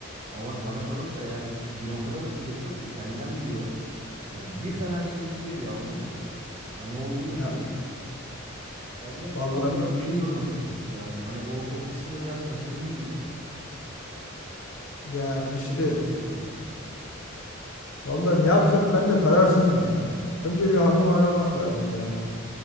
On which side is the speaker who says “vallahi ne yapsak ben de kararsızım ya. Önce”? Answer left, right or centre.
Left